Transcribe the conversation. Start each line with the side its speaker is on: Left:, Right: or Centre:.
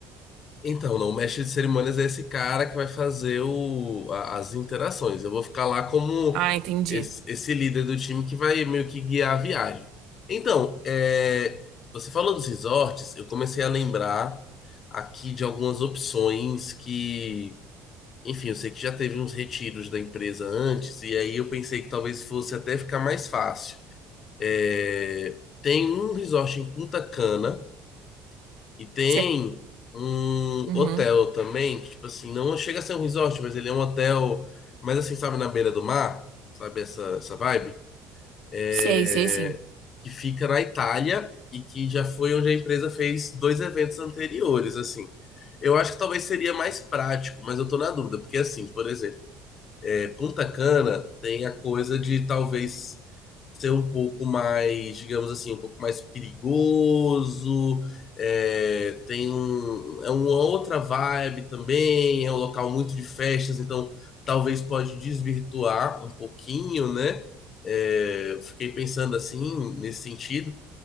Left: Então, não, o mestre de cerimônias é esse cara que vai fazer o, a- as interações. Eu vou ficar lá como
Right: Ah, entendi.
Left: esse, esse líder do time que vai meio que guiar a viagem. Então, é, você falou dos resorts, eu comecei a lembrar aqui de algumas opções que, enfim, eu sei que já teve uns retiros da empresa antes, e aí eu pensei que talvez fosse até ficar mais fácil. É, tem um resort em Punta Cana e tem
Right: você
Left: um
Right: Uhum.
Left: hotel também, que, tipo assim, não chega a ser um resort, mas ele é um hotel, mas assim, sabe, na beira do mar, sabe, essa, essa vibe, É,
Right: Sei, sei sim.
Left: que fica na Itália e que já foi onde a empresa fez dois eventos anteriores, assim. Eu acho que talvez seria mais prático, mas eu tô na dúvida, porque assim, por exemplo, é, Punta Cana tem a coisa de talvez ser um pouco mais, digamos assim, um pouco mais perigoso. é, tem um, é uma outra vibe também. É um local muito de festas, então talvez pode desvirtuar um pouquinho, né? É, fiquei pensando assim nesse sentido.